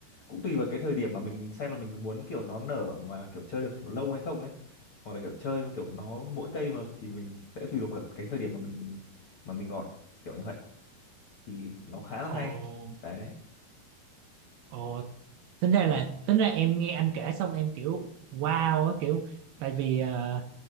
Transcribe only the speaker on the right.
ồ
ồ tính ra là tính ra em nghe anh kể xong em kiểu wow á kiểu tại vì ờ,